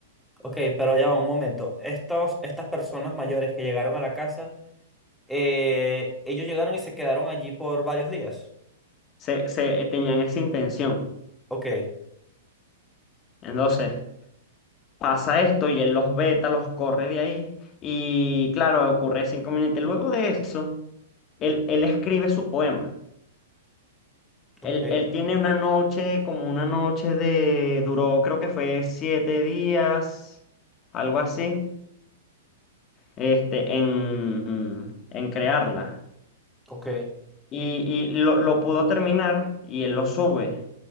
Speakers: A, in the centre; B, on the left.
A: ok, pero ya va un momento. Estos, estas personas mayores que llegaron a la casa, eh, ellos llegaron y se quedaron allí por varios días.
B: Se, se, tenían esa intención.
A: Ok,
B: Entonces... pasa esto y él los veta, los corre de ahí. Y claro, ocurre ese inconveniente. Luego de eso, él, él escribe su poema. Él,
A: ok,
B: él tiene una noche, como una noche de, duró, creo que fue siete días, algo así, este, en, en crearla.
A: ok,
B: Y, y lo, lo pudo terminar y él lo sube,